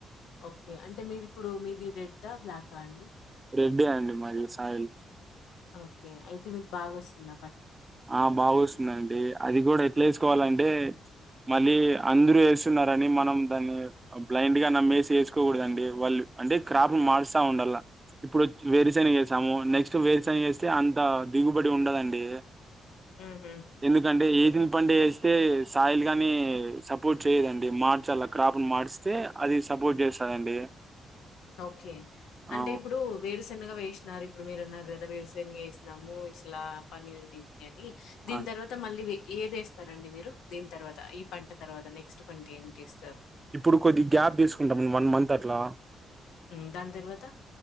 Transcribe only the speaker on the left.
ఓకే అంటే మీరిప్పుడు మీది రెడ్డా బ్లాకా అండి
ఓకే అయితే మీకు బాగా వస్తుంద
హుహు.
ఓకే అంటే
ఇప్పుడు వేరుశ శన్నగా వేసినారు. ఇప్పుడు మీరన్నర్ గాద వేరూసేనిగా వేసినాము ఇట్లా పని ఉండింది అని దీని
తర్వాత మళ్ళీ మీ ఏదేస్తారంండి మీరు. దీని తర్వాత ఈ పంట తర్వాత నెక్స్ట్ పంట ఏంటెస్తారు.
హ్మ్. దాని తర్వాత?